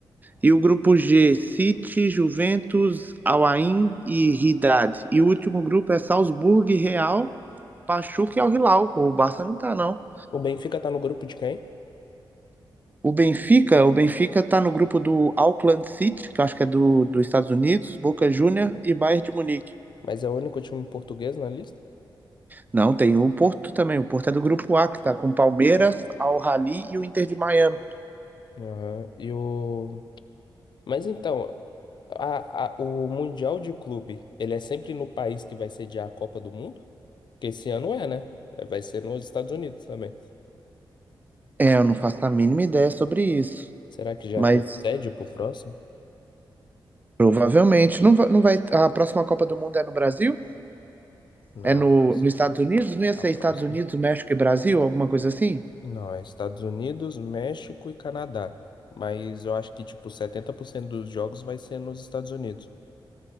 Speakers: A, on the right; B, on the left.
A: E o grupo G, City, Juventus, Al-Ain e Ridad. E o último grupo é Salzburg, Real, Pachuca e Al-Hilal. O Barça não tá, não.
B: o Benfica tá no grupo de quem?
A: O Benfica, o Benfica tá no grupo do Auckland City, que eu acho que é do, dos Estados Unidos, Boca Juniors e Bayern de Munique.
B: Mas é o único time português na lista?
A: Não, tem o Porto também. O Porto é do grupo A, que tá com Palmeiras, Al-Ahly e o Inter de Miami.
B: Aham. E o... Mas então, a, a- o Mundial de Clube, ele é sempre no país que vai sediar a Copa do Mundo? Porque esse ano é, né? É, Vai ser nos Estados Unidos também.
A: É, eu não faço a mínima ideia sobre isso.
B: Será que já
A: Mas
B: tem sede pro próximo?
A: provavelmente não vai, não vai. A próxima Copa do Mundo é no Brasil?
B: Não,
A: É no,
B: a próxima.
A: nos Estados Unidos? Não ia ser
B: A, a próxima.
A: Estados Unidos, México e Brasil? Alguma coisa assim?
B: Não, é Estados Unidos, México e Canadá. Mas eu acho que, tipo, 70% dos jogos vai ser nos Estados Unidos.